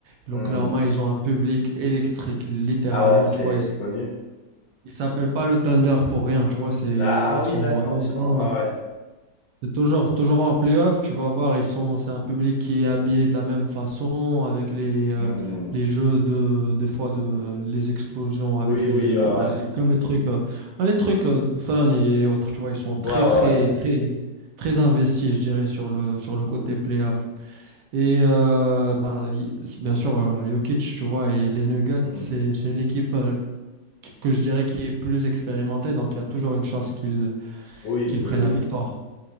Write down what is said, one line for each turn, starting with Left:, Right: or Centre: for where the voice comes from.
Right: L'Oklahoma,
Left: Hmm.
Right: ils ont un public électrique, littéralement.
Left: Ah ouais, c'est
Right: Tu vois, ils
Left: c'est connu.
Right: ne s'appellent pas le Thunder pour rien. Tu vois, c'est,
Left: Ah, ah
Right: ils
Left: oui,
Right: sont
Left: d'accord,
Right: vraiment
Left: c'est dans... Ouais, ouais.
Right: c'est toujours, toujours en playoff, tu vas voir, ils sont, c'est un public qui est habillé de la même façon, avec les, euh,
Left: Hmm.
Right: les jeux de, des fois de, les explosions, avec
Left: Oui,
Right: les,
Left: oui, ouais,
Right: euh, bah,
Left: ouais.
Right: les- comme les trucs, euh, bah, les trucs euh, fun et autres, tu vois, ils sont très,
Left: Ouais, ouais,
Right: très,
Left: ouais.
Right: très, très investis, je dirais, sur le, sur le côté playoff. Et euh, bah, y- bien sûr, euh, Jokic, tu vois, et les Nuggets,
Left: Mhm.
Right: c'est, c'est une équipe euh, qui- que je dirais qui est plus expérimentée, donc il y a toujours une chance qu'ils
Left: Oui,
Right: qu'ils prennent
Left: oui, oui.
Right: la victoire.